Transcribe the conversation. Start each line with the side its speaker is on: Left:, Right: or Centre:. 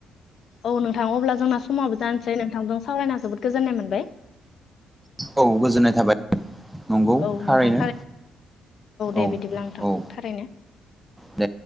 Left: औ नोंथां अब्ला जोंना समाबो जानोसै नोंथांजों सावरायना जोबोद गोजोननाय मोनबाय।
Centre: औ गोजोननाय थाबाय नंगौ
Left: औ
Centre: थारैनो
Left: नोंथां दे
Centre: औ
Left: बिदिब्ला नोंथां
Centre: औ।
Left: थारैनो
Centre: दे